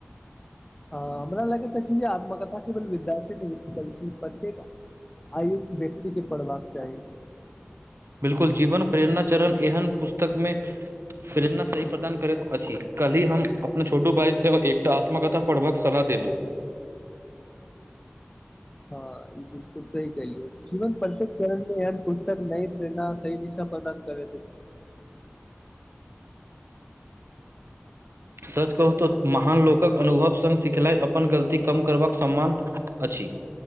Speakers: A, on the left; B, on the right.
A: हमरा लगैत छै जे आत्मकथा केवल विद्यार्थी नहि बल्कि प्रत्येक आयु व्यक्तिके पढ़बाक चाही।
B: बिल्कूल जीवन प्रेरणा चरण एहन पुस्तकमे प्रेरणा सही प्रदान करैत अछि कलहि हम अपना छोटू भाइ सेहो एक। आत्मकथा पढ़बाक सलाह देलहुँ।
A: हँ ई बिल्कूल सही कहल जीवन परत चणमे य पुस्तक नहि प्ररणा सह दिशा पदान करतै
B: सच कहू महान लोकक अनुभव संघ सिखलाइ अपन गलती कम करबाक सम्मान अछि।